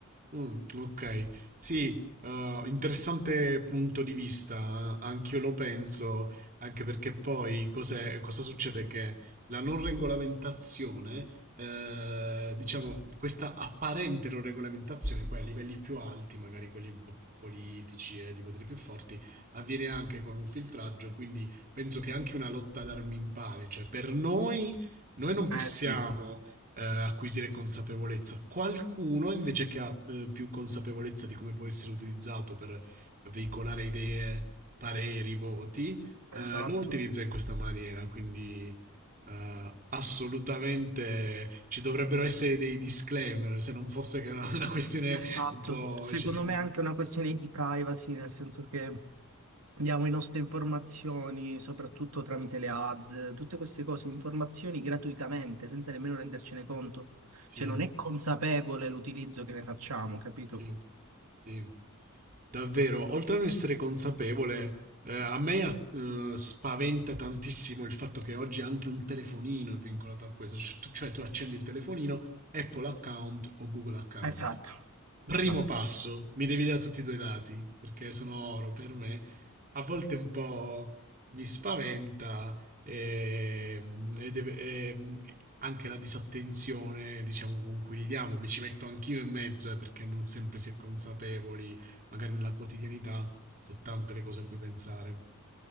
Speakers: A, on the right; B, on the right.
A: Mh, okay. Sì, uhm, interessante punto di vista, eh, anch'io lo penso, anche perché poi cos'è cosa succede, che la non regolamentazione ehm, diciamo questa apparente non regolamentazione poi a livelli più alti, magari quelli un po' più politici e di poteri più forti, avviene anche con un filtraggio, quindi penso che è anche una lotta ad armi impari, cioè per noi noi non possiamo
B: Eh sì,
A: eh, acquisire consapevolezza. Qualcuno invece che ha eh, più consapevolezza di come può essere utilizzato per veicolare idee, pareri, voti, eh,
B: esatto.
A: lo utilizza in questa maniera, quindi eh, assolutamente ci dovrebbero essere dei disclaimer, se non fosse che è una, una questione
B: Esatto,
A: un po'
B: secondo
A: eccessivamente...
B: me è anche una questione di privacy, nel senso che diamo le nostre informazioni, soprattutto tramite le ads, tutte queste cose, informazioni gratuitamente, senza nemmeno rendercene conto.
A: Sì,
B: Cioè non è consapevole l'utilizzo che ne facciamo, capito?
A: sì, sì. davvero, oltre a non essere consapevole, eh, a me eh, spaventa tantissimo il fatto che oggi anche un telefonino è vincolato a questo, cioè tu, cioè tu accendi il telefonino, Apple account o Google account.
B: Esatto,
A: Primo
B: esatto,
A: passo, mi devi dare tutti i tuoi dati, perché sono oro per me. A volte un po' mi spaventa e, e deve- e anche la disattenzione, diciamo, con cui li diamo. Mi ci metto anch'io in mezzo, eh, perché non sempre si è consapevoli magari nella quotidianità sono tante le cose a cui pensare.